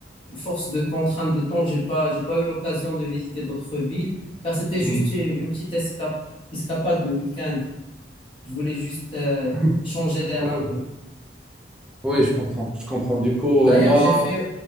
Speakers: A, on the left; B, in the centre.
A: force de contrainte de temps, j'ai pas, j'ai pas eu l'occasion de visiter d'autres villes, car c'était
B: Mm.
A: juste une une petite escape, escapade de week-end. Je voulais juste euh,
B: <clears throat>
A: changer d'air un
B: <laughs>
A: peu.
B: Oui, je comprends, je comprends. Du coup,
A: D'ailleurs,
B: euh, moi,
A: j'ai fait,